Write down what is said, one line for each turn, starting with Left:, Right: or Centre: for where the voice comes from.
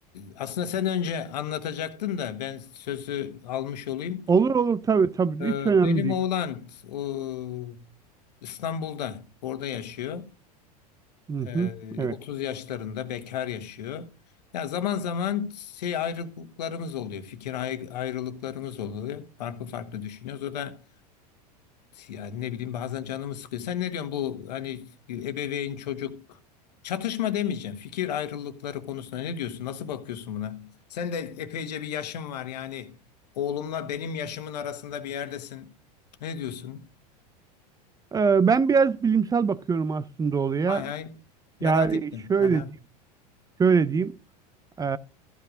Left: aslında sen önce anlatacaktın da ben sözü almış olayım.
Right: Olur olur tabii tabii
Left: Ee,
Right: hiç önemli
Left: Benim
Right: değil.
Left: oğlan o, İstanbul'da, orada yaşıyor.
Right: Hı
Left: Ee,
Right: hı, evet.
Left: 30 yaşlarında bekar yaşıyor. Ya zaman zaman şey ayrılıklarımız oluyor, fikir ay- ayrılıklarımız oluyor. Farklı farklı düşünüyoruz. O da yani ne bileyim bazen canımı sıkıyor. Sen ne diyorsun bu hani ebeveyn çocuk çatışma demeyeceğim. Fikir ayrılıkları konusunda ne diyorsun? Nasıl bakıyorsun buna? Sen de epeyce bir yaşın var yani oğlumla benim yaşımın arasında bir yerdesin. Ne diyorsun?
Right: Ee, ben biraz bilimsel bakıyorum aslında olaya.
Left: Hay hay. Merak
Right: Yani
Left: ettim.
Right: şöyle
Left: Aha.
Right: diyeyim, şöyle diyeyim. Ee,